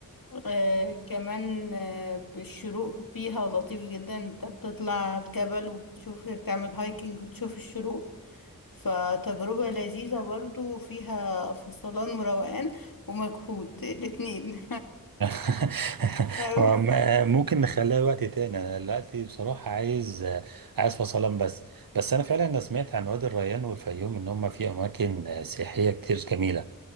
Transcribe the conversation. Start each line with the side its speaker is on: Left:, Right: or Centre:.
Left: آه، كمان آه، بالشروق فيها لطيف جدا انت بتطلع الجبل وبتشوف بتعمل هايكنج وتشوف الشروق فتجربة لذيذة برضو فيها فصلان وروقان ومجهود الاتنين
Right: <laughs>
Left: <laughs>
Right: وم- ممكن نخليها وقت تاني انا دلوقتي بصراحة عايز عايز فصلان بس بس انا فعلا انا سمعت عن وادي الريان والفيوم ان هم في اماكن آه، سياحية كتير جميلة